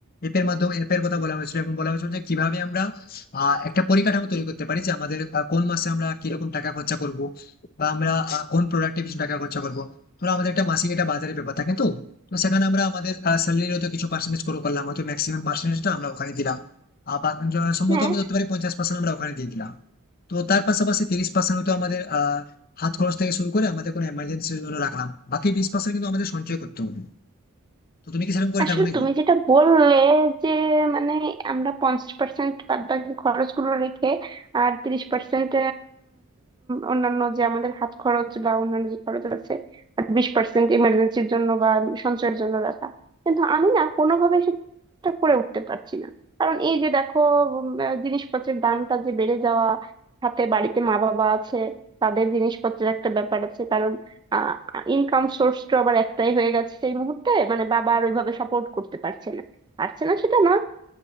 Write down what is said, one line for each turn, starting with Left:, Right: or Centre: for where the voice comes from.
Left: এর মাধ্যমে অ্যাপের কথা বলা হয়েছিল এবং বলা হয়েছিল যে কিভাবে আমরা আহ, একটা পরিকাঠামো তৈরি করতে পারি যে আমাদের আহ, কোন মাসে আমরা কিরকম টাকা খরচা করব বা আমরা আহ, কোন প্রোডাক্টে বেশি টাকা খরচা করব ধরো আমাদের একটা মাসিক একটা বাজারের ব্যাপার থাকে তো তো সেখানে আমরা আমাদের স্যালারির হয়তো কিছু পার্সেন্টেজ করে করলাম হয়তো ম্যাক্সিমাম পার্সেন্টেজটা আমরা ওখানে দিলাম আহ, বা য- সম্ভবত
Right: হ্যাঁ
Left: আমরা ধরতে পারি পঞ্চাশ পার্সেন্ট আমরা ওখানে দিয়ে দিলাম তো তার পাশাপাশি তিরিশ পার্সেন্ট হয়তো আমাদের আহ হাত খরচ থেকে শুরু করে আমাদের কোনো এমার্জেন্সির জন্য রাখলাম বাকি বিশ পার্সেন্ট কিন্তু আমাদের সঞ্চয় করতে হবে তো তুমি কি সেরকম করে
Right: আসলে
Left: থাকো নাকি
Right: তুমি যেটা বললে যে মানে আমরা পঞ্চাশ পার্সেন্ট বাদ বাকি খরচ গুলো রেখে আর তিরিশ পার্সেন্ট অন্যান্য যে আমাদের হাত খরচ বা অন্যান্য যে খরচ আছে আর বিশ পার্সেন্ট ইমার্জেন্সির জন্য বা সঞ্চয়ের জন্য রাখা কিন্তু আমি না কোনোভাবে সেটা করে উঠতে পারছি না কারণ এই যে দেখো উম, আহ, জিনিসপত্রের দামটা যে বেড়ে যাওয়া সাথে বাড়িতে মা বাবা আছে তাদের জিনিসপত্রের একটা ব্যাপার আছে কারণ ইনকাম সোর্সটা আবার একটাই হয়ে গেছে এই মুহূর্তে মানে বাবা আর ওইভাবে সাপোর্ট করতে পারছে না পারছে না সেটা না